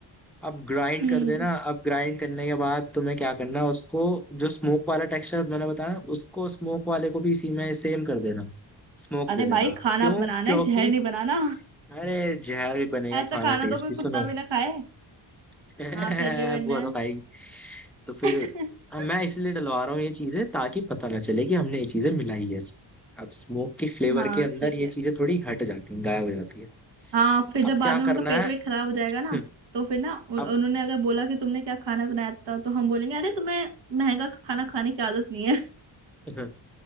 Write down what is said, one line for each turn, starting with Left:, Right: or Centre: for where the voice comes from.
Centre: अब ग्राइंड
Right: हम्म
Centre: कर देना अब ग्राइंड करने के बाद तुम्हें क्या करना है उसको जो स्मोक वाला टेक्सचर मैंने बताया उसको स्मोक वाले को भी इसी में सेम कर देना स्मोक
Right: अरे
Centre: दे देना
Right: भाई खाना
Centre: क्यों
Right: बनाना
Centre: क्योंकि
Right: है जहर नहीं बनाना
Centre: अरे जहर ही बनेगा
Right: ऐसा
Centre: खाना
Right: खाना
Centre: टेस्टी
Right: तो कोई कुत्ता
Centre: सुनो
Right: भी ना खाए
Centre: <laughs>
Right: हाँ फिर क्या करना
Centre: हुआ
Right: है
Centre: था भाई तो फिर
Right: <laughs>
Centre: अब मैं इसलिए डलवा रहा हूँ ये चीजें ताकि पता ना चले कि हमने ये चीजें मिलाई है अब स्मोक की फ्लेवर
Right: हाँ
Centre: के अंदर
Right: ठीक
Centre: ये
Right: है
Centre: चीजें थोड़ी हट जाती हैं गायब हो जाती है
Right: हाँ फिर जब
Centre: अब
Right: बाद
Centre: क्या
Right: में उनका
Centre: करना
Right: पेट
Centre: है
Right: वेट खराब हो जाएगा ना
Centre: <laughs>
Right: तो फिर ना उन-
Centre: अब
Right: उन्होंने अगर बोला कि तुमने क्या खाना बनाया था तो हम बोलेंगे अरे तुम्हें महंगा खाना खाने की आदत नहीं है
Centre: <laughs>